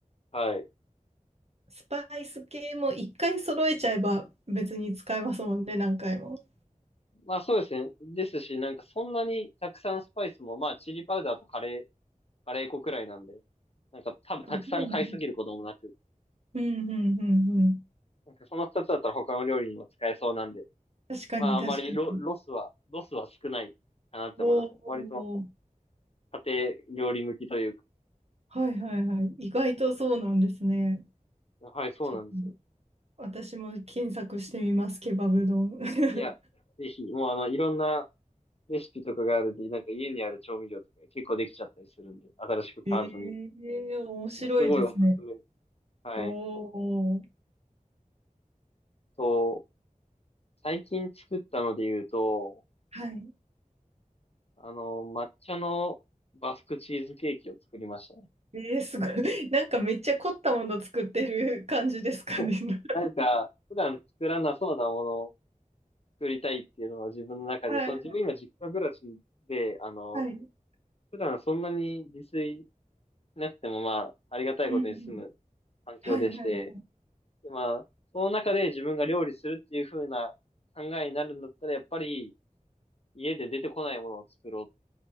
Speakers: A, on the left; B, on the right.
A: はい。
B: スパイス系も一回揃えちゃえば別に使えますもんね、何回も。
A: まあそうですね。ですし、なんかそんなにたくさんスパイスも、まあチリパウダーとカレー、カレー粉くらいなんで、なんか多分たくさん買いすぎることもなく、
B: あそうなんですうんうんうんうん。
A: なんかその二つだったら他の料理にも使えそうなんで、
B: 確かに確かに。
A: まああんまりロ、ロスは、ロスは少ないかなって思いますね。
B: おお、
A: 割と家庭料理向きというか。
B: はいはいはい。意外とそうなんですね。
A: はい、そうなんですよ。
B: ちょっと私も検索してみます、ケバブ丼。<laughs>
A: いや、ぜひ、もうあの、いろんなレシピとかがあるんで、なんか家にある調味料とか結構できちゃったりするんで、新しく買わずに。
B: ええ面白いですね。
A: もうすごいおすすめ。はい。
B: おお、
A: と、最近作ったので言うと、
B: はい。
A: あの、抹茶のバスクチーズケーキを作りましたね。
B: えー、すごい。<laughs> なんかめっちゃ凝ったもの作ってる感じですかね。
A: <laughs>
B: <laughs>
A: なんか、普段作らなそうなものを作りたいっていうのは自分の中で、
B: はい、
A: その自分今実家暮らしで、あの、
B: はい。うん
A: 普段そんなに自炊なくてもまあ、ありがたいことに住む
B: うん。
A: 環境でして、
B: はい、はい。
A: でまあ、その中で自分が料理するっていう風な考えになるんだったら、やっぱり家で出てこないものを作ろう